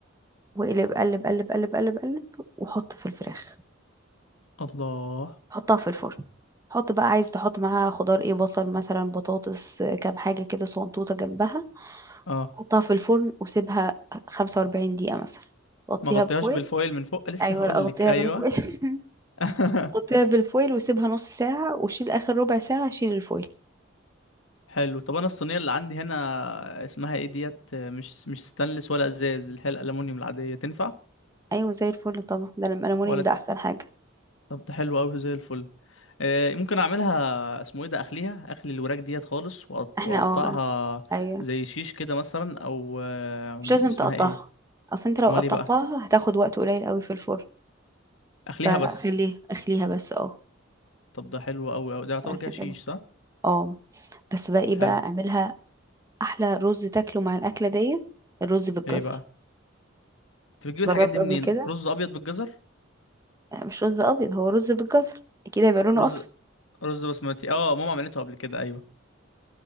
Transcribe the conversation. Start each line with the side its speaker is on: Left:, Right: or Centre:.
Right: واقلب قلب قلب قلب قلب قلب وحط في الفراخ
Left: الله
Right: حطها في الفرن حط بقى عايز تحط معاها خضار ايه بصل مثلا بطاطس آه، كام حاجة كده صنطوطة جنبها
Left: اه
Right: حطها في الفرن وسيبها 45 دقيقة مثلا غطيها
Left: ما غطيهاش
Right: بفويل
Left: بالفويل من فوق لسه
Right: ايوه
Left: هقول
Right: لا غطيها
Left: لك ايوه
Right: بالفويل <laughs>
Left: <laughs>
Right: غطيها بالفويل وسيبها نص ساعة وشيل اخر ربع ساعة شيل الفويل
Left: حلو طب انا الصينيه اللي عندي هنا اسمها ايه ديت مش مش ستانلس ولا ازاز اللي هي الالومنيوم العاديه تنفع
Right: ايوه زي الفل طبعا ده الالومنيوم
Left: ولا
Right: ده
Left: ت...
Right: احسن حاجة
Left: طب ده حلو قوي زي الفل آه ممكن اعملها اسمه ايه ده اخليها اخلي الوراك ديت خالص وأقط-
Right: احنا
Left: واقطعها
Right: اه ايوه
Left: زي شيش كده مثلا او آه
Right: مش لازم
Left: اسمها
Right: تقطعها
Left: ايه
Right: اصل انت لو
Left: امال
Right: قطعتها
Left: ايه بقى
Right: هتاخد وقت قليل قوي في الفرن
Left: اخليها
Right: فخليها
Left: بس
Right: اخليها بس اه
Left: طب ده حلو قوي قوي ده يعتبر
Right: بس
Left: كده
Right: كده
Left: شيش صح
Right: اه بس بقى ايه
Left: حلو
Right: بقى اعملها احلى رز تاكله مع الاكله ديت الرز بالجزر
Left: ايه بقى انت بتجيب الحاجات
Right: جربت
Left: دي
Right: قبل
Left: منين
Right: كده
Left: رز ابيض بالجزر
Right: لا، مش رز ابيض هو رز بالجزر اكيد هيبقى لونه
Left: رز
Right: اصفر
Left: رز بسمتي اه ماما عملته قبل كده ايوه